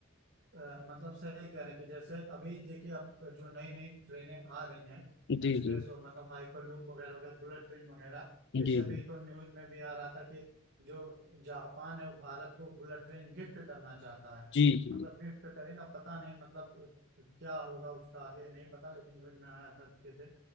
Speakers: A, on the right; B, on the left.
A: अ, मतलब सही कह रहे हैं कि जैसे अभी देखिए अब जो नई नई ट्रेनें आ रही हैं
B: जी
A: एक्सप्रेस
B: जी
A: और मतलब हाइपरलूप वगैरह वगैरह बुलेट ट्रेन वगैरह
B: जी
A: जैसे अभी
B: जी
A: तो न्यूज में भी आ रहा था कि जो जापान है वो भारत को बुलेट ट्रेन गिफ्ट करना चाहता है
B: जी जी
A: मतलब गिफ्ट करेगा पता नहीं मतलब क्या होगा उसका आगे नहीं पता लेकिन न्यूज में आया था देखे थे